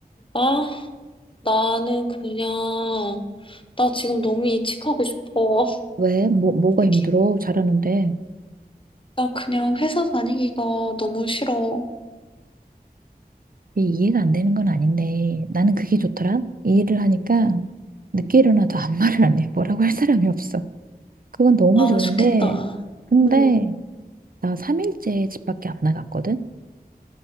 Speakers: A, on the left; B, on the right.
A: 아, 나는 그냥, 나 지금 너무 이직하고 싶어.
B: 왜? 뭐,
A: <laughs>
B: 뭐가
A: 이렇게,
B: 힘들어? 잘하는데.
A: 나 그냥 회사 다니기가 너무 싫어.
B: 이게 이해가 안 되는 건 아닌데. 나는 그게 좋더라. 이 일을 하니까 늦게 일어나도 아무 말을 안 해. 뭐라고 할 사람이 없어. 그건 너무
A: 아,
B: 좋은데.
A: 좋겠다.
B: 근데
A: 음,
B: 나 3일째 집 밖에 안 나갔거든?